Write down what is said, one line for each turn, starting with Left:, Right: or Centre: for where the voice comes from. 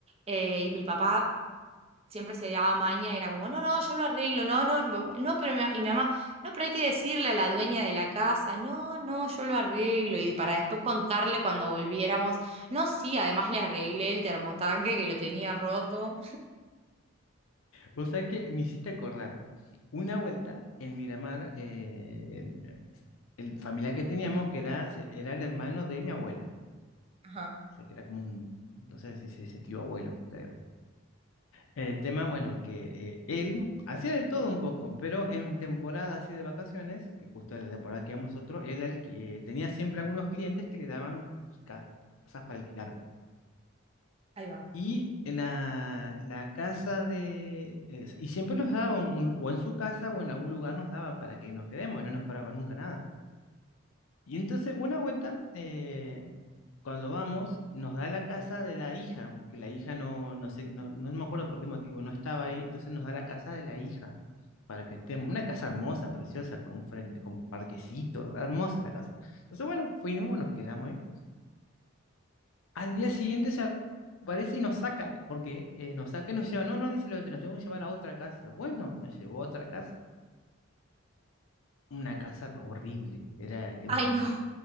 Right: Eh, y mi papá siempre se daba maña, era como, no, no, yo lo arreglo, no, no, no, no, pero mi, y mi mamá, no, pero hay que decirle a la dueña de la casa, no, no, yo lo arreglo, y para después contarle cuando volviéramos, no, sí, además le arreglé el termotanque que lo tenía roto.
Left: Vos sabés que me hiciste acordar. Una vuelta en Miramar, eh, el, el familiar que teníamos, que era, se- era el hermano de mi abuela.
Right: Ajá,
Left: O sea, que era como un, no sé si se dice tío abuelo, creo. El tema, bueno, que eh, él hacía de todo un poco, pero en temporada así de vacaciones, que justo en la temporada que íbamos nosotros, él alqui- eh, tenía siempre algunos clientes que le daban ca- casas para alquilar.
Right: ahí va.
Left: Y la, la casa de... eh, y siempre nos daba, un- un- o en su casa o en algún lugar nos daba para que nos quedemos, no nos cobraba nunca nada. Y entonces una vuelta, eh, cuando vamos, nos da la casa de la hija, que la hija no, no sé, no, no me acuerdo por qué motivo, no estaba ahí, entonces nos da la casa de la hija, para que estemos, una casa hermosa, preciosa, con un frente, con parquecito, hermosa la casa. Entonces, bueno, fuimos, nos quedamos ahí. Al día siguiente se aparece y nos saca, porque eh, nos saca y nos lleva, no, no, dice, lo- los tengo que llevar a otra casa. Bueno, nos llevó a otra casa, una casa horrible, era eh,
Right: Ay, no,